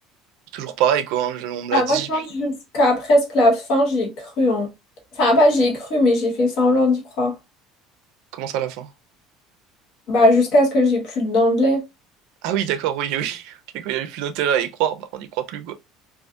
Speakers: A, on the right; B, on the left.
A: toujours pareil, quoi. hein, je- on me
B: Ah,
A: l'a dit,
B: moi, je pense
A: puis
B: jusqu'à presque la fin, j'ai cru, hein. Enfin, pas j'ai cru, mais j'ai fait semblant d'y croire.
A: commence à la fin.
B: Bah, jusqu'à ce que j'ai plus de dents de lait.
A: Ah oui, d'accord, oui, oui. <laughs> Ok, quand il n'y avait plus d'intérêt à y croire, bah, on n'y croit plus, quoi.